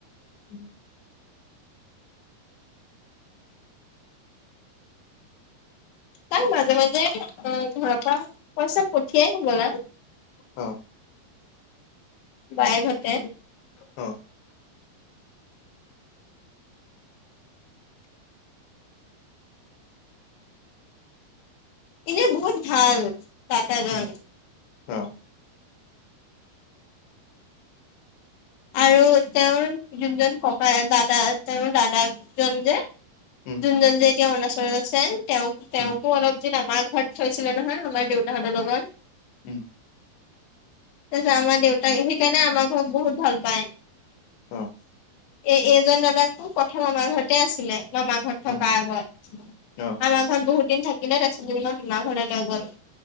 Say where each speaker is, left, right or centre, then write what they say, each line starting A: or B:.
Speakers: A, on the left (about 80°); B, on the left (about 60°).
A: উম,
B: তাক মাজে মাজে আ, ঘৰৰ পৰা পইচা পঠিয়াই হ'বলা।
A: হাঁ
B: বায়েক হঁতে।
A: অ',
B: এনেই বহুত ভাল দাতাজন।
A: উম অ',
B: আৰু তেওঁৰ যোনজন ককাই, দাদা তেওঁৰ দাদা জন যে
A: উম
B: যোনজন যে এতিয়া অৰুণাচলত আছে তেওঁক, তেওঁকো
A: উম
B: অলপ দিন আমাৰ ঘৰত থৈছিলে নহয় আমাৰ দেউতাহঁতৰ লগত
A: উম,
B: তাৰ পিছত আমাৰ দেউতাক সেইকাৰণে আমাৰ ঘৰক বহুত ভাল পায়।
A: অ',
B: এ এই জন দাদাকো প্ৰথম আমাৰ ঘৰতে আছিলে মামাৰ ঘৰত। থকা
A: উম
B: আগত,
A: অ
B: আমাৰ ঘৰত বহুত দিন থাকিলে তাৰপিছত <unintelligible> মামাৰ ঘৰলৈ গ'ল।